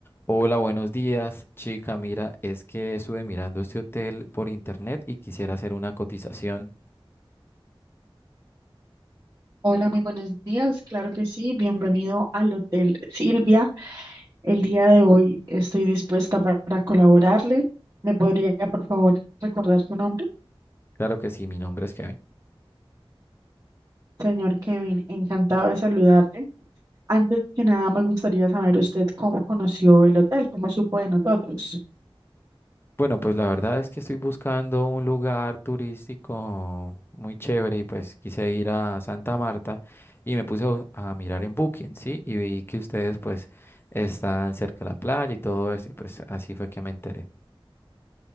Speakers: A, on the left; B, on the right.
A: Hola, buenos días, chica. Mira, es que estuve mirando este hotel por internet y quisiera hacer una cotización.
B: Hola, muy buenos días. Claro que sí. Bienvenido al Hotel Silvia. El día de hoy estoy dispuesta para colaborarle. ¿Me podría, por favor, recordar tu nombre?
A: Claro que sí, mi nombre es Kevin.
B: Señor Kevin, encantado de saludarle. Antes que nada, me gustaría saber usted cómo conoció el hotel, cómo supo de nosotros.
A: Bueno, pues la verdad es que estoy buscando un lugar turístico muy chévere y pues quise ir a Santa Marta y me puse a a mirar en Booking, ¿sí? Y vi que ustedes pues están cerca de la playa y todo eso y pues así fue que me enteré.